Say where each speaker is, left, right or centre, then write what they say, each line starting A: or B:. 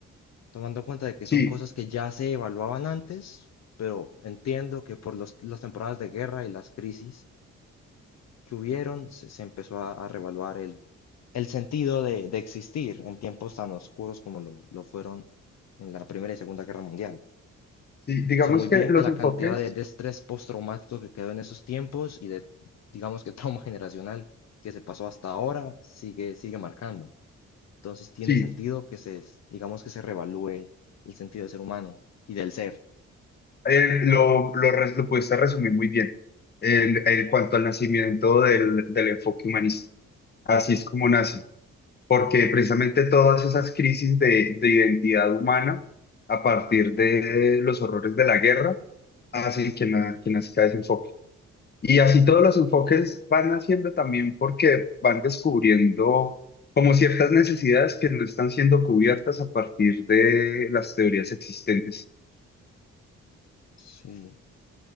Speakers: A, on the left; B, on the left.
A: Tomando en cuenta de que
B: Sí,
A: son cosas que ya se evaluaban antes, pero entiendo que por los- las temporadas de guerra y las crisis que hubieron, se, se empezó a, a revaluar el, el sentido de, de existir en tiempos tan oscuros como lo, lo fueron en la Primera y Segunda Guerra Mundial.
B: sí, digamos
A: Yo sé muy bien
B: que los
A: que la
B: enfoques,
A: cantidad de, de estrés postraumático que quedó en esos tiempos y de, digamos que <laughs> trauma generacional que se pasó hasta ahora, sigue, sigue marcando. Entonces tiene
B: sí,
A: sentido que se, digamos que se revalúe el sentido del ser humano y del ser.
B: eh, lo, lo, res- lo pudiste resumir muy bien en, en cuanto al nacimiento del, del enfoque humanista. Así es como nace. porque precisamente todas esas crisis de, de identidad humana a partir de los horrores de la guerra hacen que, na- que nazca ese enfoque. Y así todos los enfoques van naciendo también porque van descubriendo como ciertas necesidades que no están siendo cubiertas a partir de las teorías existentes.
A: Sí.